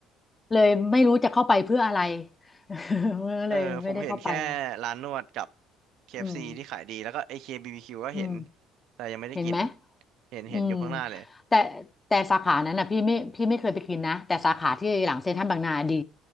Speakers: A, on the left (about 25°); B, on the right (about 70°).
A: เลยไม่รู้จะเข้าไปเพื่ออะไร <laughs> ก็เลยไม่ได้เข้าไปอะ
B: เออผมเห็นแค่ร้านนวดกับ KFC
A: อืม
B: ที่ขายดีแล้วก็ AKBBQ ก็เห็น
A: อืม
B: แต่ยังไม่ได้กิน
A: เห็นไหม
B: เห็นเห็นอยู่ข้างหน้าเลย
A: อืมแต่แต่สาขานั้นอ่ะพี่ไม่พี่ไม่เคยไปกินนะแต่สาขาที่หลังเซ็นทรัลบางนาดี